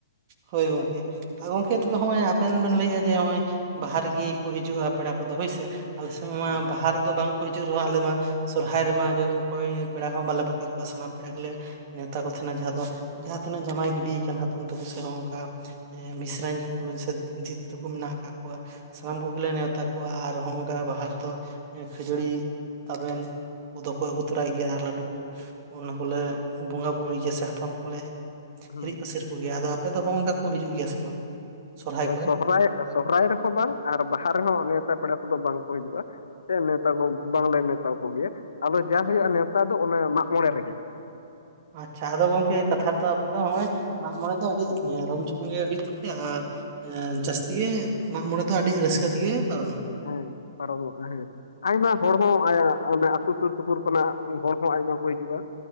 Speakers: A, on the right; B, on the left.
A: ᱦᱳᱭ
B: ᱦᱮᱸᱥᱮ
A: ᱜᱚᱝᱠᱮ ᱟ ᱜᱚᱝᱠᱮ ᱛᱚᱵᱮ ᱦᱚᱸᱜᱼᱚᱭ ᱟ ᱟᱵᱮᱱ ᱵᱮᱱ ᱞᱟᱹᱭᱮᱜᱼᱟ ᱡᱮ ᱱᱚᱜᱚᱭ ᱵᱟᱦᱟ ᱨᱮᱜᱮ ᱠᱚ ᱦᱤᱡᱩᱜᱼᱟ ᱯᱮᱲᱟ ᱠᱚᱫᱚ ᱦᱳᱭᱥᱮ ᱟᱞᱮ ᱥᱮᱫ ᱢᱟ
B: ᱦᱩᱸ
A: ᱵᱟᱦᱟ ᱨᱮᱫᱚ ᱵᱟᱝ ᱦᱤᱡᱩᱜ ᱨᱮᱦᱚᱸ ᱟᱞᱮ ᱢᱟ ᱥᱚᱨᱦᱟᱭ ᱨᱮᱢᱟ ᱚᱠᱚᱭ ᱯᱮᱲᱟ ᱦᱚᱸ ᱵᱟᱞᱮ ᱵᱟᱹᱠᱤ ᱠᱚᱣᱟ ᱥᱟᱱᱟᱢ ᱯᱮᱲᱟ ᱜᱮᱞᱮ ᱱᱮᱶᱛᱟ ᱠᱚ ᱛᱟᱦᱮᱱᱟ ᱡᱟᱦᱟᱸ ᱫᱚ ᱡᱟᱦᱟᱸ ᱛᱤᱱᱟᱹᱜ ᱡᱟᱢᱟᱭ ᱜᱤᱰᱤᱭ ᱟᱠᱟᱱ ᱦᱟᱛᱚᱢ ᱛᱟᱠᱚ ᱥᱮᱱ ᱦᱚᱸ ᱚᱝᱠᱟ ᱮᱸ ᱢᱤᱥ <unintelligible> ᱡᱤᱛ ᱛᱟᱠᱚ ᱢᱮᱱᱟᱜ ᱠᱟᱜ ᱠᱚᱣᱟ ᱥᱟᱱᱟᱢ ᱠᱚᱜᱮᱞᱮ ᱱᱮᱶᱛᱟ ᱠᱚᱣᱟ ᱟᱨ ᱦᱚᱸ ᱱᱚᱝᱠᱟ ᱵᱟᱦᱟ ᱨᱮᱫᱚ ᱦᱮᱸ ᱠᱷᱟᱹᱡᱟᱹᱲᱤ ᱛᱟᱵᱮᱱ ᱠᱚᱫᱚ ᱠᱚ ᱟᱹᱜᱩ ᱛᱚᱨᱟᱭ ᱜᱮᱭᱟ ᱟᱨ ᱞᱟᱹᱰᱩ ᱠᱚ ᱚᱱᱟ ᱠᱚᱞᱮ
B: ᱦᱩᱸ
A: ᱵᱚᱸᱜᱟ ᱵᱩᱨᱩᱭ ᱜᱮᱭᱟ ᱥᱮ ᱦᱟᱯᱲᱟᱢ ᱠᱚᱞᱮ
B: ᱦᱩᱸ
A: ᱦᱤᱨᱤᱡ ᱯᱟᱹᱥᱤᱨ ᱠᱚᱜᱮᱭᱟ ᱟᱫᱚ ᱟᱯᱮ ᱫᱚ ᱦᱚᱸ ᱚᱱᱠᱟ ᱠᱚ ᱦᱤᱡᱩᱜ ᱜᱮᱭᱟ ᱥᱮ ᱵᱟᱝ? ᱥᱚᱨᱦᱟᱭ ᱠᱚᱨᱮ
B: ᱥᱚᱦᱨᱟᱭ ᱥᱚᱦᱨᱟᱭ ᱨᱮᱦᱚᱸ ᱵᱟᱝ ᱟᱨ ᱵᱟᱦᱟ ᱨᱮᱦᱚᱸ ᱱᱮᱶᱛᱟ ᱯᱮᱲᱟ ᱠᱚᱫᱚ ᱵᱟᱝ ᱠᱚ ᱦᱤᱡᱩᱜᱼᱟ ᱾ ᱥᱮ ᱱᱮᱶᱛᱟ ᱠᱚ ᱵᱟᱝᱞᱮ ᱱᱮᱶᱛᱟ ᱠᱚᱜᱮᱭᱟ ᱟᱫᱚ ᱡᱟ ᱦᱩᱭᱩᱜᱼᱟ ᱱᱮᱶᱛᱟ ᱫᱚ ᱚᱱᱮ ᱢᱟᱜ ᱢᱚᱬᱮ ᱨᱮᱜᱮ ᱾
A: ᱟᱪᱪᱷᱟ ᱟᱫᱚ ᱜᱚᱝᱠᱮ ᱠᱟᱛᱷᱟ ᱨᱮᱫᱚ ᱟᱯᱮ ᱫᱚ ᱦᱚᱸᱜᱼᱚᱭ ᱢᱟᱜ ᱢᱚᱬᱮ ᱫᱚ ᱟᱹᱰᱤ ᱨᱚᱢ ᱡᱚᱢ ᱜᱮ ᱦᱩᱭᱩᱜ ᱛᱟᱯᱮᱭᱟ ᱟᱨ ᱮᱸ
B: ᱦᱮᱸ
A: ᱡᱟᱹᱥᱛᱤ ᱜᱮ ᱢᱟᱜ ᱢᱚᱬᱮ ᱫᱚ ᱟᱹᱰᱤ ᱨᱟᱹᱥᱠᱟᱹ ᱛᱮᱜᱮ ᱯᱟᱨᱚᱢᱟ᱾
B: ᱦᱮᱸ ᱯᱟᱨᱚᱢᱚᱜᱼᱟ ᱦᱮᱸ᱾ ᱟᱭᱢᱟ ᱦᱚᱲ ᱦᱚᱸ ᱟ ᱟᱛᱳ ᱥᱩᱨ ᱥᱩᱯᱩᱨ ᱠᱷᱚᱱᱟᱜ ᱦᱚᱲ ᱦᱚᱸ ᱟᱭᱢᱟ ᱠᱚ ᱦᱤᱡᱩᱜᱼᱟ ᱾